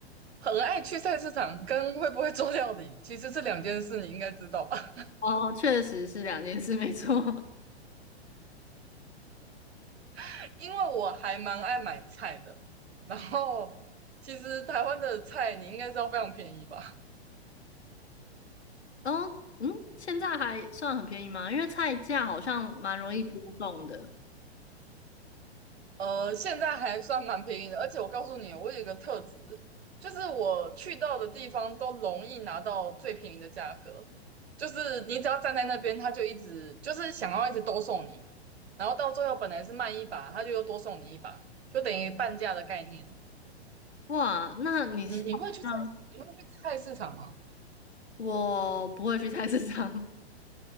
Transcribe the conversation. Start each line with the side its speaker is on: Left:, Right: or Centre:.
Right: 很爱去菜市场跟会不会做料理其实是两件事，你应该知道吧？
Left: 哦，确实是两件事，没错。
Right: <laughs> 因为我还蛮爱买菜的，然后其实台湾的菜你应该知道非常便宜吧？
Left: <laughs> 哦，嗯，现在还算很便宜吗？因为菜价好像蛮容易波动的。
Right: 呃，现在还算蛮便宜的，而且我告诉你，我有一个特质，就是我去到的地方都容易拿到最便宜的价格，就是你只要站在那边，他就一直就是想要一直多送你，然后到最后本来是卖一把，他就又多送你一把，就等于半价的概念。
Left: 哇，那你是好像
Right: 你你会去菜，你会去菜市场吗？
Left: 我不会去菜市场，